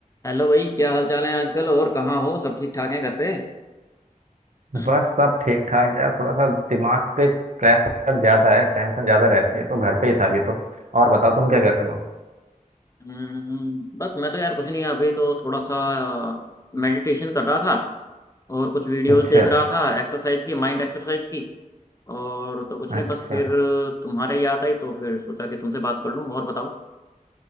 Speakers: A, on the left; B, on the right.
A: Hello भाई क्या हाल चाल है आजकल और कहाँ हो सब ठीक ठाक हैं घर पे हम्म,
B: बस सब ठीक ठाक यार थोड़ा सा दिमाग पे प्रेशर ज्यादा है टेंशन ज्यादा रहती है तो घर पे ही था अभी तो और बताओ तुम क्या कर रहे हो
A: हम्म, बस मैं तो यार कुछ नहीं अभी तो थोड़ा सा मेडिटेशन कर रहा था और कुछ वीडियोस
B: अच्छा
A: देख रहा था एक्सरसाइज की माइंड एक्सरसाइज की और तो कुछ
B: अच्छा
A: नहीं बस फिर तुम्हारे याद आई तो फिर सोचा कि तुमसे बात कर लूँ और बताओ